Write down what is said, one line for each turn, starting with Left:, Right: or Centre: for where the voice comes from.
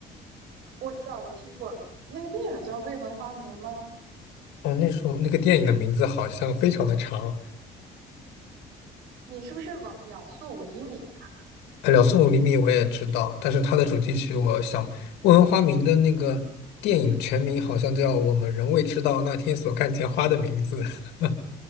Right: 我知道，我听过那个电影叫《未闻花名》吗？
Left: 哦，那首那个电影的名字好像非常的长，
Right: 你是不是秒秒速五厘米？
Left: 呃两宋五厘米》我也知道，但是它的主题曲，我想问问花名的那个电影全名好像叫《我们仍未知道那天所看见花的名字》。<laughs>